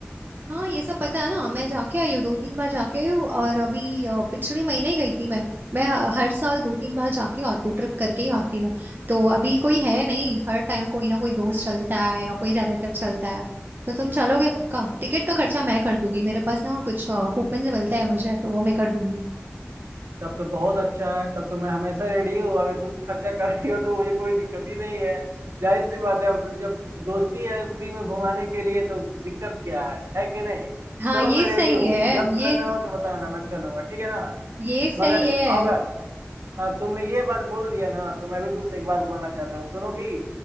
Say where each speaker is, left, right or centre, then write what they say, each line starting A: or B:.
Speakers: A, on the right; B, on the right.
A: हाँ ये सब पता है ना मैं जाके आई हूँ दो तीन बार जाके आई हूँ और अभी अ, पिछले महीने ही गई थी मैं मैं हर साल दो तीन बार जाके आती हूँ ट्रिप करके ही आती हूँ तो अभी कोई है नहीं हर टाइम कोई ना कोई दोस्त चलता है या कोई रिलेटिव चलता है तो तुम चलोगे पक्का टिकट का खर्चा मैं कर दूंगी मेरे पास ना कुछ कूपन मिलता है मुझे तो वो मैं कर दूंगी
B: तब तो बहुत अच्छा है तब तो मैं हमेशा रेडी हूँ अगर तुम खर्चा कर रही हो तो मुझे कोई दिक्कत ही नहीं है जाहिर सी बात है अब जब दोस्ती है फ्री में घुमाने के लिए तो दिक्कत क्या है है कि नहीं
A: हाँ
B: चलो
A: ये
B: मैं
A: सही
B: रेडी हूँ
A: है
B: जब
A: ये
B: करना हो तो बताना मैं चलूंगा ठीक है ना
A: ये सही
B: मगर
A: है
B: आओ हाँ तुमने ये बात बोल दिया ना तो मैं भी तुमसे एक बात बोलना चाहता हूँ सुनोगी